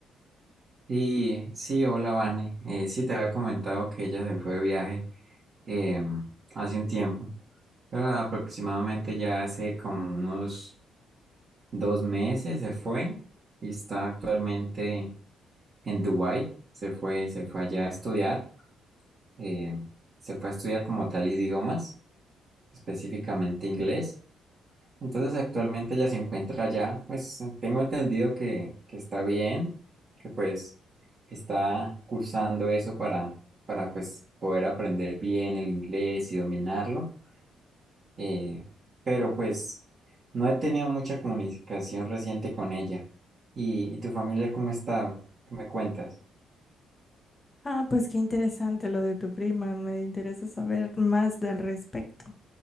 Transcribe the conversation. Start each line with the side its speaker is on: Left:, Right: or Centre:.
Right: Sí, sí, hola Vane. Eh, sí, te había comentado que ella se fue de viaje em, hace un tiempo, pero aproximadamente ya hace como unos dos meses se fue y está actualmente en Dubái. Se fue, se fue allá a estudiar, em, se fue a estudiar como tal idiomas, específicamente inglés. Entonces actualmente ella se encuentra allá, pues tengo entendido que, que está bien, que pues está cursando eso para, para pues poder aprender bien el inglés y dominarlo. eh, pero pues no he tenido mucha comunicación reciente con ella. ¿Y, y tu familia cómo ha estado? ¿Qué me cuentas?
Left: Ah, pues qué interesante lo de tu prima. Me interesa saber más al respecto.